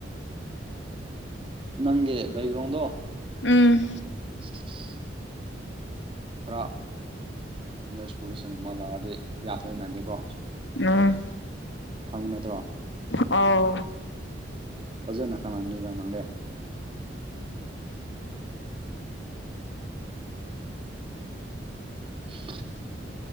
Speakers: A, on the right (about 30°); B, on the left (about 80°).
A: ꯅꯪꯒꯤ ꯕꯩꯒ꯭ꯔꯣꯡꯗꯣ
B: ꯎꯝ
A: <unintelligible> ꯈ꯭ꯔ ꯅꯣꯏ ꯁ꯭ꯀꯨꯜꯗ ꯁꯟꯒꯨꯝꯕ ꯂꯥꯛꯑꯗꯤ ꯌꯥꯊꯣꯏ ꯃꯥꯟꯗꯦꯀꯣ
B: ꯎꯝ
A: ꯈꯪꯕ ꯅꯠꯇ꯭ꯔꯣ
B: ꯑꯥꯎ
A: ꯐꯖꯥꯅ ꯈꯪꯉꯝꯅꯤꯗ ꯅꯪꯗꯦ <inaudible>